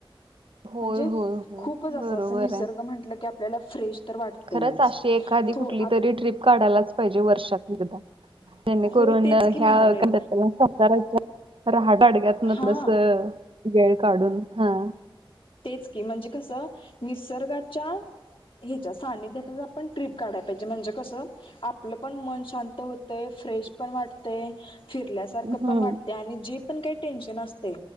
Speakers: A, on the right; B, on the left.
A: होय
B: म्हणजे
A: होय होय
B: खूपच असं
A: बरोबर
B: अस निसर्ग
A: आहे
B: म्हंटलं की आपल्याला फ्रेश तर वाटतयच
A: खरंच अशी एखादी
B: थो
A: कुठली तरी ट्रिप काढायलाच पाहिजे वर्षात एकदा जेणेकरून
B: होय तेच की म्हणालोय
A: ह्या कातला सजायच्या रहाट अडग्यात ना
B: हा
A: तसं वेळ काढून हा
B: तेच की म्हणजे कसं निसर्गाच्या ह्याच्या सानिध्यात आपण टट्रिप काढाला पाहिजे, म्हणजे कसं आपलं पण मन शांत होतं. फ्रेश पण वाटते. फिरल्यासारख
A: हम्म
B: पण वाटते, आणि जे पण काही टेन्शन असते,